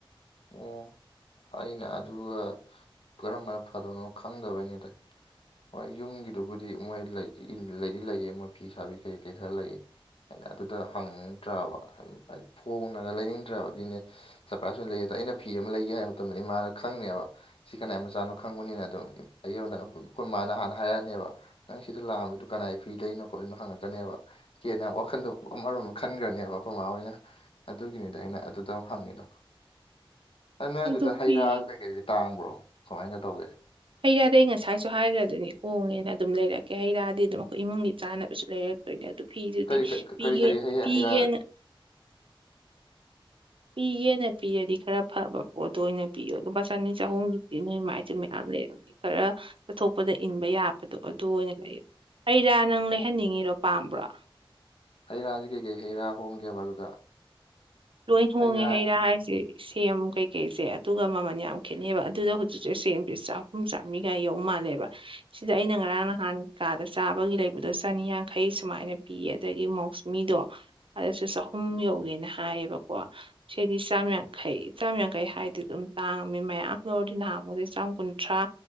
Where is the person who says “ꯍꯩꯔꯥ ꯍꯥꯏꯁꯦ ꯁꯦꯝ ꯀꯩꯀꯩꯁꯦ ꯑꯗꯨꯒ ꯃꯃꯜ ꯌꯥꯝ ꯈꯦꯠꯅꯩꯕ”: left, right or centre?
Right